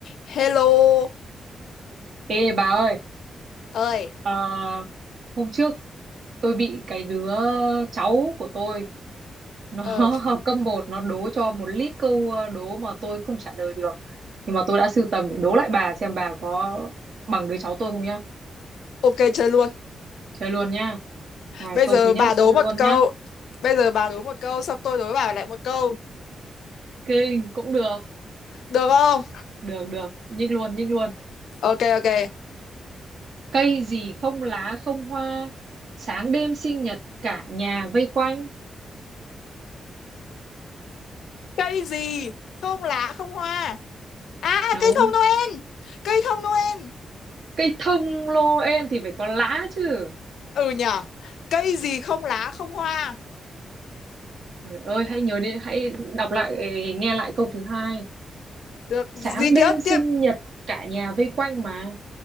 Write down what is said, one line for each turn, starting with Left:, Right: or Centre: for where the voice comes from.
Left: Hello
Right: Ê bà ơi,
Left: ơi,
Right: ờ, hôm trước tôi bị cái đứa cháu của tôi nó <laughs>
Left: ờ
Right: học cấp một nó đố cho một lít câu ờ, đố mà tôi không trả lời được. Nhưng mà tôi đã sưu tầm để đố lại bà xem bà có bằng đứa cháu tôi không nhá.
Left: ok chơi luôn.
Right: Chơi luôn nhá. Này,
Left: Bây
Right: câu
Left: giờ
Right: thứ nhất
Left: bà đố
Right: luôn
Left: một câu.
Right: nhá.
Left: Bây giờ bà đố một câu xong tôi đố bà lại một câu.
Right: Kinh cũng được,
Left: Được không?
Right: được được, nhích luôn, nhích luôn.
Left: Ok ok.
Right: Cây gì không lá không hoa, sáng đêm sinh nhật cả nhà vây quanh.
Left: Cây gì? Không lá không hoa. À
Right: Đúng,
Left: cây thông Noel. Cây thông Noel.
Right: cây thông lô em thì phải có lá chứ.
Left: Ừ nhở. Cây gì không lá không hoa.
Right: Trời ơi, hãy nhớ đến, hãy đọc lại, ờ, nghe lại câu thứ hai.
Left: Được,
Right: Sáng
Left: gì
Right: đêm
Left: tiếp
Right: sinh
Left: tiếp.
Right: nhật, cả nhà vây quanh mà.